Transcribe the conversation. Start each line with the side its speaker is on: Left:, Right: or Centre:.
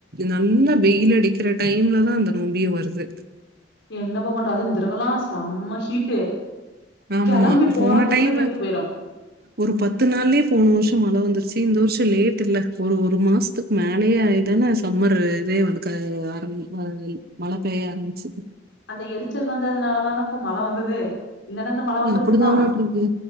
Right: நல்லா வெயில் அடிக்கிற டைம்ல தா அந்த நோம்பியே வருது
Left: என்னப்பா பண்ற அது இந்தரவலா செம்ம ஹிட்டு
Right: ஆமா.
Left: கிளம்பி போறதுக்குள்ள
Right: போன டைம்
Left: வேத்து போயிரு
Right: ஒரு பத்து நாள்லே போன வருஷ மழ வந்துருச்சு இந்த வருஷ லேட் இல்ல ஒரு ஒரு மாசத்துக் மேலேயே ஆய்தான சம்மர் இதே வந்து ஆர ஆ மழ பெய்ய ஆரம்பிச்சுது
Left: அந்த எரிச்சல் வந்ததுனால தானப்பா மழ வந்தது இல்லன்னா இந்த மழ வந்திருக்குமா
Right: அப்டிதானட்டுருக்கு